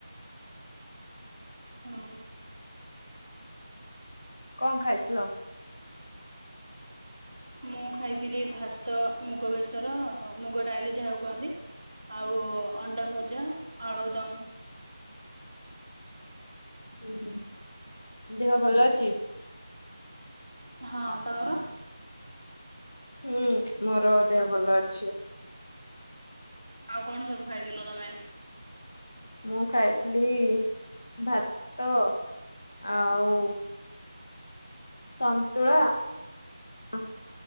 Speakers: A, on the right; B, on the left.
A: ହଁ
B: କଣ ଖାଇଥିଲ?
A: ମୁଁ ଖାଇଥିଲି ଭାତ ମୁଗ ବେସର ମୁଗ ଡାଲି ଯାହା କୁହନ୍ତି? ଆଉ ଅଣ୍ଡା ଭଜା, ଆଳୁଦମ୍।
B: ହୁଁ ହୁଁ ଦେହ ଭଲ ଅଛି।
A: ହଁ ତମର?
B: ହୁଁ ମୋର ଦେହ ଭଲ ଅଛି।
A: ଆଉ କଣ ସବୁ ଖାଇଥିଲ ତମେ?
B: ମୁଁ ଖାଇଥିଲି ଭାତ ଆଉ ସନ୍ତୁଳା ଓ